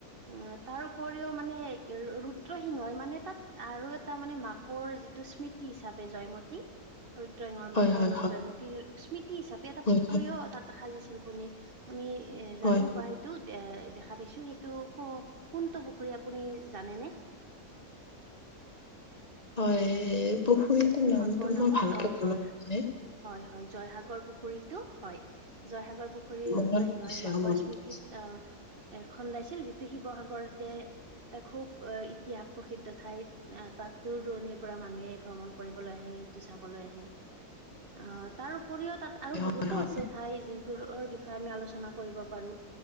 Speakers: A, on the right; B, on the left.
A: উম তাৰ উপৰিও মানে ৰুদ্ৰসিংহই মানে তাত। আৰু এটা মানে মাকৰ যিটো স্মৃতি হিচাপে জয়মতী। ৰুদ্ৰসিংঙৰ মাকৰ
B: হয়, হয়,
A: নাম
B: হয়,
A: জয়মতীৰ স্মৃতি হিচাপে এটা
B: হয়,
A: পুখুৰীও
B: হয়,
A: তাত সাজিছিল বনি আমি এ
B: হয়,
A: জানো বা সেইটো দে দেখা পাইছো সেইটো কওক। কোনটো পুখুৰী আপুনি জানেনে।
B: হয় পুখুৰীটোৰ নামটো
A: মাকৰ নামত
B: মই ভালকে
A: অ
B: মনত
A: জয়
B: নাই
A: হয় হয় জয়সাগৰ পুখুৰীতো হয় জয়সাগৰ পুখুৰী
B: মনত
A: ৰুদ্ৰসিংহই
B: পৰিছে,
A: মাকৰ
B: অ', মনত
A: স্মৃতিত।
B: পৰিছে।
A: আহ এ খন্দাইছিল যিটো শিৱসাগৰতে। এটা খুব ইতিহাস প্ৰসিদ্ধ ঠাই তাত দূৰ দূৰণিৰ পৰা মানুহে ভ্ৰমণ। ফুৰিবলৈ আহে সেইটো চাবলৈ আহ তাত উপৰিও তাত আৰু
B: হয়,
A: বহুতো
B: হয়,
A: আছে ঠাই যিবোৰৰ বিষয়ে আমি আলোচনা কৰিব পাৰো।